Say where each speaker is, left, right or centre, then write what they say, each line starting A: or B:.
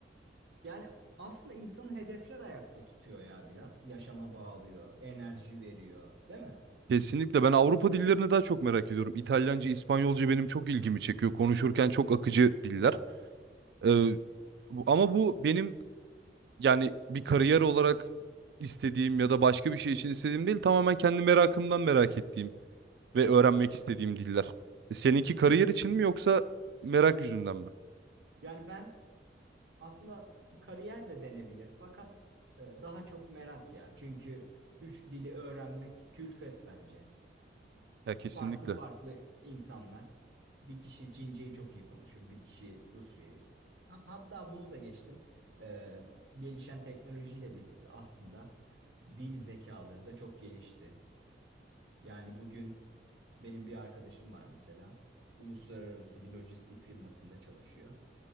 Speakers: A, on the right; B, on the right.
A: Yani aslında insanın hedefler ayakta tutuyor ya biraz. Yaşama bağlıyor, enerji veriyor, değil mi?
B: Kesinlikle ben Avrupa dillerini daha çok merak ediyorum. İtalyanca, İspanyolca benim çok ilgimi çekiyor. Konuşurken çok akıcı diller. E, bu- ama bu benim yani bir kariyer olarak istediğim ya da başka bir şey için istediğim değil. Tamamen kendi merakımdan merak ettiğim ve öğrenmek istediğim diller. E, seninki kariyer için mi yoksa merak yüzünden mi?
A: Yani ben Aslında kariyer de denebilir fakat e, daha çok merak ya. Çünkü üç dili öğrenmek külfet bence.
B: Ya kesinlikle.
A: Farklı farklı insanlar. Bir kişi Çince'yi çok iyi konuşur, bir kişi Rusça'yı. Ha- hatta bunu da geçtim. E, gelişen teknolojiyle birlikte aslında dil zekaları da çok gelişti. Yani bugün benim bir arkadaşım var mesela. Uluslararası bir lojistik firmasında çalışıyor.